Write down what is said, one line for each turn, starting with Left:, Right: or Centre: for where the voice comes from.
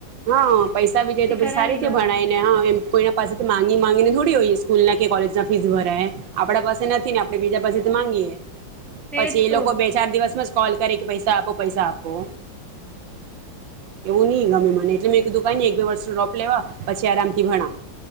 Right: હા પૈસા બી જાય તો પછી
Centre: કરાવી
Right: સારી રીતે
Centre: લો
Right: ભણાય ને હા એમ કોઈના પાસેથી મામાંગી માંગીને થોડી હોય. સ્કૂલ ના કે કોલેજ ના ફીસ ભરાય આપડા પાસે નથી ને આપડે બીજા પાસે તો માંગીયએ.
Centre: તેજ
Right: પછી એ
Centre: તો
Right: લોકો બે ચાર દિવસ માં જ કોલ કરે કે પૈસા આપો પૈસા આપો. એવું નહી ગમે મને એટલે મેં કીધું કાઈ નહીં એક બે વર્ષ ડ્રોપ લેવા પછી આરામથી ભણા.